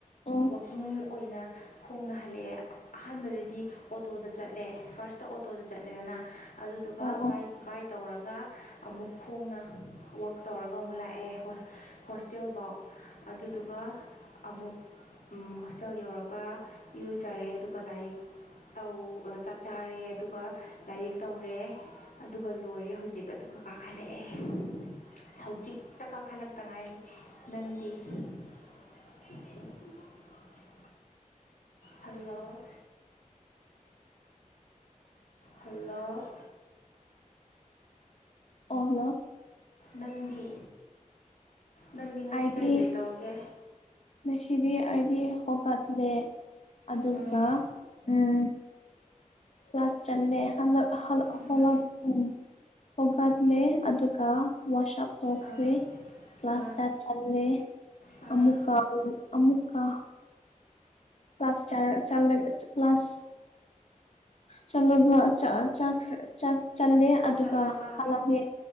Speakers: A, on the left; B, on the left.
A: ꯑꯣ
B: ꯋꯥꯛꯀꯤꯡ ꯑꯣꯏꯅ ꯍꯣꯡꯅ ꯍꯜꯂꯛꯑꯦ ꯑꯍꯥꯟꯕꯗꯗꯤ ꯑꯣꯇꯣꯗ ꯆꯠꯂꯦ ꯐꯥꯔꯁꯇ ꯑꯣꯇꯣꯗ ꯆꯠꯂꯦꯗꯅ ꯑꯗꯨꯗꯨꯒ
A: ꯑꯣ ꯑꯣ
B: ꯋꯥꯠ ꯋꯥꯏꯠ ꯇꯧꯔꯒ ꯑꯃꯨꯛ ꯈꯣꯡꯅ ꯋꯛ ꯇꯧꯔꯒ ꯑꯃꯨꯛ ꯂꯥꯛꯑꯦ ꯍꯣꯁꯇꯦꯜꯐꯥꯎ ꯑꯗꯨꯗꯨꯒ ꯑꯃꯨꯛ ꯍꯣꯁꯇꯦꯜ ꯌꯧꯔꯒ ꯏꯔꯨꯖꯔꯦ ꯑꯗꯨꯒ ꯂꯥꯏꯔꯤꯛ ꯧ ꯆꯥꯛ ꯆꯥꯔꯦ ꯑꯗꯨꯒ ꯂꯥꯏꯔꯤꯛ ꯇꯧꯔꯦ ꯑꯗꯨꯒ ꯂꯣꯏꯔꯦ ꯍꯧꯖꯤꯛ ꯑꯗꯨꯒ ꯀꯥꯈꯠꯂꯛꯑꯦ ꯍꯧꯖꯤꯛꯇ ꯀꯥꯈꯠꯂꯛꯇꯉꯥꯏ ꯅꯪꯗꯤ ꯎ <inaudible> <unintelligible> ꯍꯜꯂꯣ ꯍꯜꯂꯣ
A: ꯑꯍꯂꯣ
B: ꯅꯪꯗꯤ ꯅꯪꯗꯤ ꯉꯁꯤ
A: ꯑꯩꯗꯤ
B: ꯀꯔꯤ ꯀꯔꯤ ꯇꯧꯔꯒꯦ
A: ꯉꯁꯤꯗꯤ ꯑꯩꯗꯤ ꯍꯒꯠꯂꯦ ꯑꯗꯨꯒ
B: ꯎꯝ
A: ꯎꯝ ꯀ꯭ꯂꯥꯁ ꯆꯠꯂꯦ ꯍꯂꯛ ꯍꯂꯛ
B: ꯎꯝ
A: ꯍꯂꯛ ꯎꯝ ꯍꯒꯠꯂꯦ ꯑꯗꯨꯒ ꯋꯥꯁ ꯑꯞ ꯇꯧꯈ꯭ꯔꯦ
B: ꯑꯥ
A: ꯀ꯭ꯂꯥꯁ
B: ꯑꯥ
A: ꯇ ꯆꯜꯂꯦ
B: ꯑꯥ
A: ꯑꯃꯨꯀ ꯑꯃꯨ ꯑꯃꯨꯀ ꯀ꯭ꯂꯥꯁ ꯆꯔ ꯆꯂꯒ ꯀ꯭ꯂꯥꯁ <unintelligible> ꯆꯂꯣꯒ ꯆ ꯆ <unintelligible> ꯆ ꯆꯜꯂꯦ ꯑꯗꯨꯒ
B: ꯆꯠꯂꯒ
A: ꯍꯜꯂꯛꯑꯦ